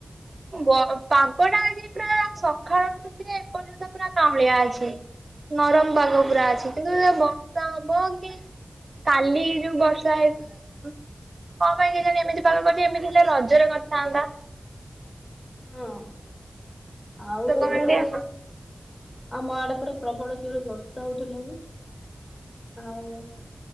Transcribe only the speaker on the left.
ହଁ ଆଉ
ଏବେ ତ ହେଇ ଆମ ଆଡେ ପୁରା ପ୍ରବଳ ଜୋର ବରସ ଷା ଉଠେଇଲାଣି ଆଉ